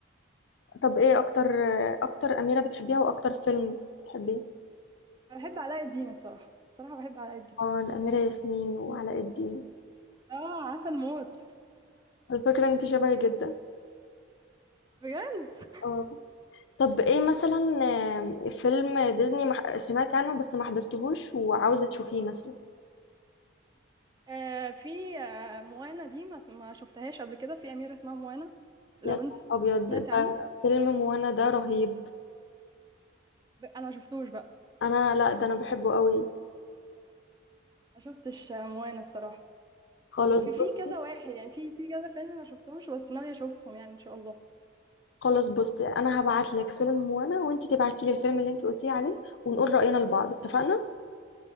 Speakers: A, on the left; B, on the right.
A: طب ايه اكتر اكتر اميره بتحبيها واكتر فيلم بتحبيه
B: أنا بحب علاء الدين الصراحة الصراحة بحب علاء الدين
A: اه الاميره ياسمين وعلاء الدين
B: اه عسل موت
A: على فكره انت شبهي جدا
B: بجد
A: اه طب ايه مثلا آه، فيلم ديزني مح... سمعت عنه بس ما حضرتهوش وعاوزه تشوفيه مثلا
B: آه في آه موانا دي ما, س- ما شفتهاش قبل كده في أميرة اسمها موانا لو
A: يا نهار
B: انت
A: ابيض
B: سمعتي
A: ده
B: عنه
A: فيلم موانا ده رهيب
B: ب- انا ما شفتوش بقى
A: انا لا ده انا بحبه قوي
B: ما شفتش آه، موانا الصراحة
A: خلاص
B: وفي في
A: بص
B: كذا واحد يعني في في كذا فيلم ما شفتهمش بس ناوية اشوفهم يعني ان شاء الله
A: خلاص بصي انا هبعت لك فيلم موانا وانت تبعتي لي الفيلم اللي انت قلتي لي عليه ونقول راينا لبعض اتفقنا